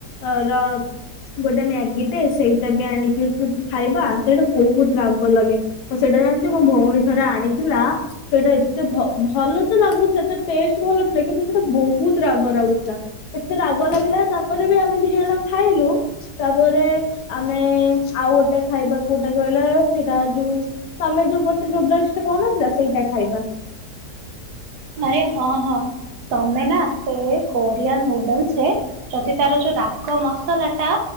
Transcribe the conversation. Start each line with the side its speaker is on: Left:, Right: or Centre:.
Left: ଅ ର ଗୋଟେ ମ୍ୟାଗିଟେ ସେଇଟା ବି ଆଣିକି ଖାଇବା ସେଇଟା ବହୁତ ରାଗ ଲାଗେ। ଆଉ ସେଇଟା ଜାଣିଛୁ ମୋ ଭଉଣୀ ଥରେ ଆଣିଥିଲା। ସେଇଟା ଏତେ ଭ ଭଲ ତ ଲାଗୁଥିଲା ତା ଟେଷ୍ଟ ଭଲ ଥିଲା। କିନ୍ତୁ ସେଇଟା ବହୁତ ରାଗ ଲାଗୁଥିଲା। ଏତେ ରାଗ ଲାଗିଲା ତାପରେ ବି ଆମେ ଦି ଜଣ ଖାଇଲୁ। ତାପରେ ଆମେ ଆଉ ଗୋଟେ ଖାଇବା କୋଉଟା କହିଲ ସେଇଟା ଯୋଉ ତମେ ଯୋଉ ଗୋଟେ ନୁଡଲସ ଟା କହୁନଥିଲ ସେଇଟା ଖାଇବା।
Right: ଆରେ ହଁ ହଁ ତମେ ନା ସେ କୋରିଆନ ନୁଡଲସ ରେ ଯଦି ତାର ଯୋଉ ରାଗ ମସଲା ଟା।